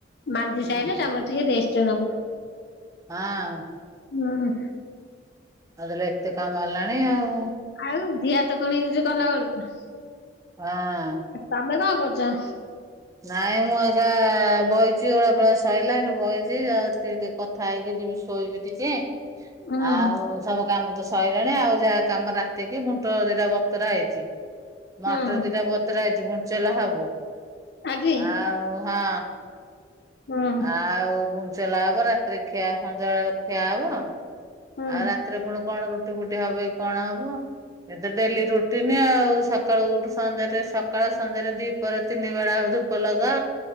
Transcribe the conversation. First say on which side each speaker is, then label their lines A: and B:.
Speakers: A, on the left; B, on the right.
A: ମାଜି
B: ଉଁ
A: ସାଇିଲେ ତାପରେ ଟିକେ ରେଷ୍ଟ ନବୁ।
B: ହଁ।
A: ହୁଁ।
B: ଆଉ ତାହାଲେ ଏତେ କାମ୍ ହେଲାଣି ଆଉ।
A: ଆଉ ଦିଆ ତ କଣ <unintelligible> କଲା ବେଳୁକୁ।
B: ହଁ।
A: ତମେ କଣ କରୁଚ?
B: ନାଇଁ ମୁଁ ଅଇଁଚା ବଇଚି ଓଳା ପଳା ସଇଲାଣି ବଇଚି କଥା ହେଇକି ଯିବି ଶୋଇବି ଟିକେ,
A: ହୁଁ
B: ଆଉ ସବୁ କାମ ତ ସଇଲାଣି ଆଉ ଯାହା କାମ ରାତିକି ବୁଣ୍ଟ ଦିରା ବତୁରା ହେଇଚି ମଟର
A: ହୁଁ
B: ଦିଟା ବତୁରା ହେଇଚି <unintelligible> ହବ
A: ଆଜି
B: ଆଉ ହଁ।
A: <unintelligible>
B: ଆଉ ଗୁଞ୍ଚେଲା ହବ ରାତିରେ ଖିଆ ସନ୍ଧ୍ୟା ବେଳ ଖିଆ ହବ।
A: ହୁଁ
B: ଆଉ ରାତିରେ ପୁଣି କଣ ରୁଟି ଫୁଟି ହବ କି କଣ ହବ। ଏତ ଡେଲି ରୁଟିନି ଆଉ ସକାଳୁ ଉଠୁ ସଞ୍ଜରେ ସକାଳ ସନ୍ଧ୍ୟାରେ ଦି ପରେ ତିନି ବେଳା ହ ଧୂପ ଲଗ